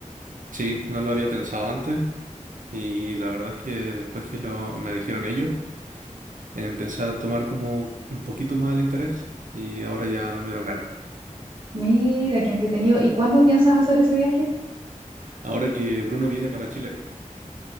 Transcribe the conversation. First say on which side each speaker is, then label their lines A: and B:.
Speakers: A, on the right; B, on the right.
A: Sí, no lo había pensado antes y la verdad es que después que lo, me dijeron ellos, empecé a tomar como un poquito más el interés y ahora ya me dieron ganas.
B: Mira, qué entretenido. ¿Y cuándo piensas hacer ese viaje?
A: Ahora que Bruno viene para Chile,